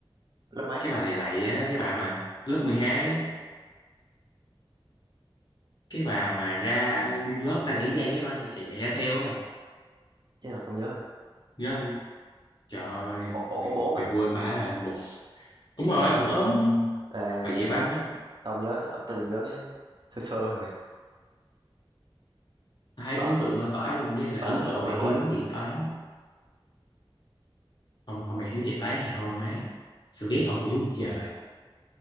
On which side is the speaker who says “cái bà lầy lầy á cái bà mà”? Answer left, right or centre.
Left